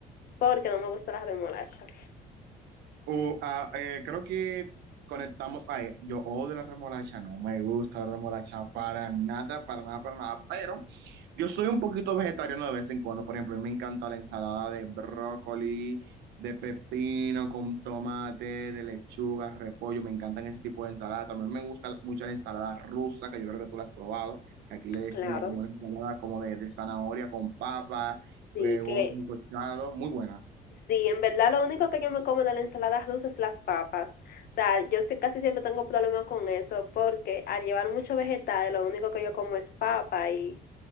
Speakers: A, on the left; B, on the right.
A: porque no me gusta la remolacha.
B: Uh, ah, eh, creo que conectamos. Ay, yo odio la remolacha, no me gusta la remolacha para nada, para nada, para nada. Pero yo soy un poquito vegetariano de vez en cuando. Por ejemplo, a mí me encanta la ensalada de brócoli, de pepino con tomate, de lechuga, repollo. Me encantan ese tipo de ensalada. También me gusta mucho la ensalada rusa, que yo creo que tú la has probado. Que aquí le decimos
A: Claro,
B: como una ensalada como de, de zanahoria con papa,
A: sí,
B: eh, huevos
A: que
B: sancochados. Muy buena.
A: sí, en verdad lo único que yo me como de la ensalada rusa es las papas. O sea, yo sí- casi siempre tengo problemas con eso, porque al llevar mucho vegetal, lo único que yo como es papa y